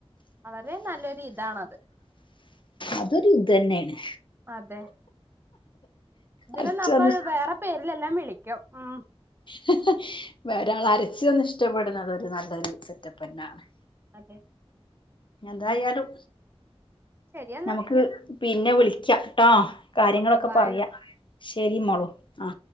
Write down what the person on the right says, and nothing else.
വളരെ നല്ലൊരു ഇതാണത്
അതെ ഇതിനെ
നമ്മൾ
വേറെ പേരിലെല്ലാം വിളിക്കും ഉം.
അതെ
ശരിയെന്നാ
ഓക്കെ ബായ്